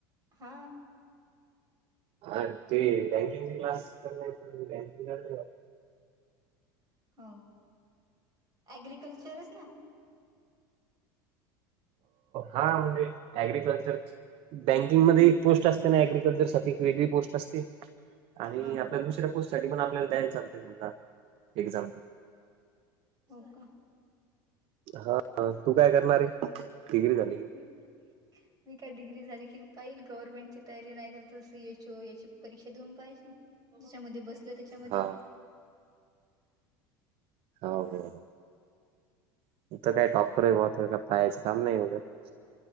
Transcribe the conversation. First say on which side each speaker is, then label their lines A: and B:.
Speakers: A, on the right; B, on the right.
A: हा
B: अ ते बँकिंगचा क्लास कर बँकिंग कर
A: हो अग्रिकल्चरच ना
B: हा म्हणजे अग्रिकल्चर बँक एक पोस्ट असते नाग्रकल्चर साठी एक वेगळी पोस्ट असते आणि
A: हा
B: आपल्या
A: हा
B: दुसऱ्या ो साठी पण आपल्याला द्यायला चालते एक्झाम
A: हो का
B: हा तू काय करणारे डिग्री झाली
A: ह मी काय डिग्री झाली की पाहिल गव्हर्नमेंटची तयारी नाही झा तर सीएच ओ याची परीक्षा देऊन पाहिजे त्याच्यामध्ये बसलं त्याच्यामध्ये
B: हा ह हो <unintelligible>